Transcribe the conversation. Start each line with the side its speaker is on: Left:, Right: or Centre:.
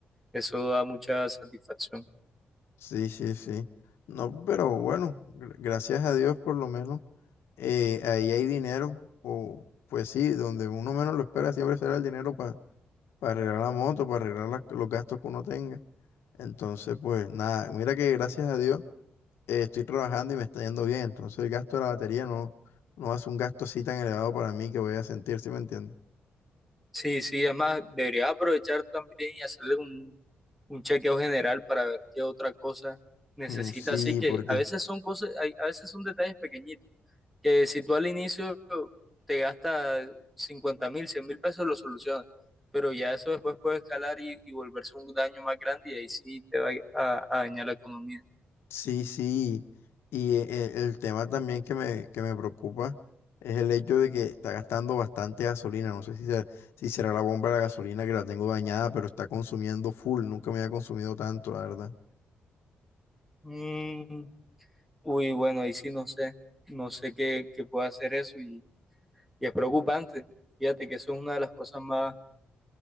Centre: eso da mucha satisfacción.
Left: Sí, sí, sí. No, pero bueno, gr- gracias a Dios por lo menos. eh, ahí hay dinero, o pues sí, donde uno menos lo espera siempre será el dinero para arreglar la moto, para arreglar las- los gastos que uno tenga. Entonces, pues nada, mira que gracias a Dios eh, estoy trabajando y me está yendo bien. Entonces el gasto de la batería no, no hace un gasto así tan elevado para mí que voy a sentir, ¿sí me entiendes?
Centre: Sí, sí, además debería aprovechar también y hacerle como un un chequeo general para ver qué otra cosa necesita.
Left: Mm, sí,
Centre: Así que
Left: porque
Centre: a veces son cosas, hay- a veces son detalles pequeñitos, que si tú al inicio te gastas cincuenta mil, cien mil pesos, lo solucionas. Pero ya eso después puede escalar y, y volverse un daño más grande y ahí sí te va a, a dañar la economía.
Left: Sí, sí, y e- e- el tema también que me, que me preocupa es el hecho de que está gastando bastante gasolina. No sé si, se- si será la bomba de la gasolina que la tengo dañada, pero está consumiendo full. Nunca me había consumido tanto, la verdad.
Centre: Mm, uy, bueno, ahí sí no sé, no sé qué, qué puede hacer eso y, y es preocupante. Fíjate que eso es una de las cosas más,